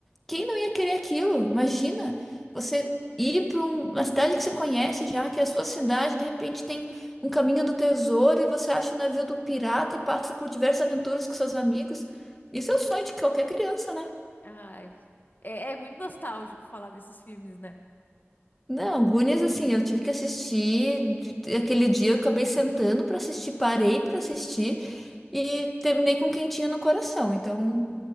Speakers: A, in the centre; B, on the left (about 45°).
A: Quem não ia querer aquilo? Imagina você ir para uma cidade que você conhece já, que é a sua cidade, de repente tem um caminho do tesouro e você acha o navio do pirata e passa por diversas aventuras com seus amigos. Isso é o sonho de qualquer criança, né?
B: Ai, é, é muito nostálgico falar desses filmes, né?
A: Não, Goonies, assim, eu tive que assistir. de- Aquele dia eu acabei sentando para assistir, parei para assistir e terminei com um quentinho no coração. Então.